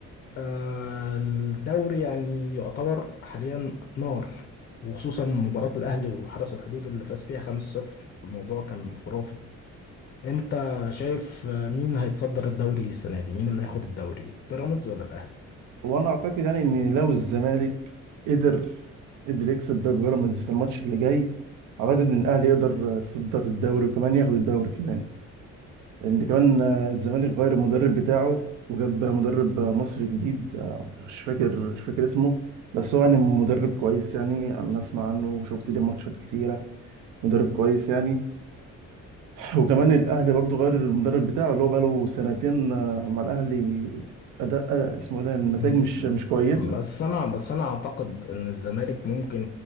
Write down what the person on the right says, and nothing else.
وانا اعتقد يعني ان لو الزمالك قدر قدر يكسب باب بيراميدز في الماتش اللي جاي اعتقد ان الاهلي يقدر يتصدر الدوري وكمان ياخد الدوري كمان لان كمان آه، الزمالك غير المدرب بتاعه وجاب مدرب آه، مصري جديد آه، مش فاكر مش فاكر اسمه بس هو يعني مدرب كويس يعني انا اسمع عنه وشفت ليه ماتشات كتيره مدرب كويس يعني وكمان الاهلي برضو غير المدرب بتاعه اللي هو بقاله سنتين آه، مع الاهلي اداء آه، اسمه إيه ده النتائج
مش مش كويسه